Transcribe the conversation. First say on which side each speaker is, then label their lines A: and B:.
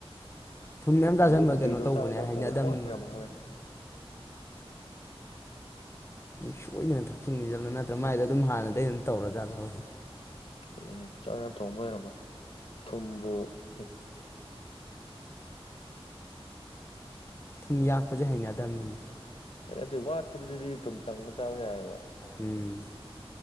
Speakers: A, on the left; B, on the left.
A: ꯊꯨꯝ ꯃꯌꯥꯝ ꯆꯥꯁꯟꯕ
B: ꯑꯗꯨ ꯅꯨꯄꯤꯗꯨ
A: ꯀꯩꯅꯣ ꯇꯧꯕꯅꯦ
B: ꯆꯥꯛ ꯌꯦꯟꯁꯥꯡ
A: ꯍꯩꯅꯗꯕꯅꯤꯅ
B: ꯊꯣꯡꯕ ꯁꯨꯡ ꯍꯩ ꯍꯩꯔꯝꯃꯣꯏ ꯈꯪꯉꯦ
A: ꯁꯣꯏꯗꯅ ꯊꯛꯆꯤꯟꯒꯤꯖꯜꯂꯣ ꯅꯠꯇ꯭ꯔꯥ ꯃꯥꯏꯗꯣ ꯑꯗꯨꯝ ꯍꯥꯟꯅꯗꯧ ꯑꯗꯨꯝ ꯇꯧꯔꯖꯥꯠꯂꯕ
B: ꯅꯗꯨꯅꯦ ꯆꯥꯛ ꯏꯟꯖꯥꯡ ꯊꯣꯡꯕ ꯍꯩꯔꯝꯃꯣꯏ ꯊꯨꯝꯕꯨ ꯍꯨꯝ
A: ꯊꯨꯝ ꯌꯥꯛꯄꯁꯦ ꯍꯩꯅꯗꯝꯅꯤꯅꯦ
B: ꯑꯗꯨꯏ ꯋꯥꯠꯄꯗꯨꯗꯤ ꯑꯗꯨꯝ ꯇꯪꯉ ꯆꯥꯕ ꯌꯥꯏꯕ
A: ꯎꯝ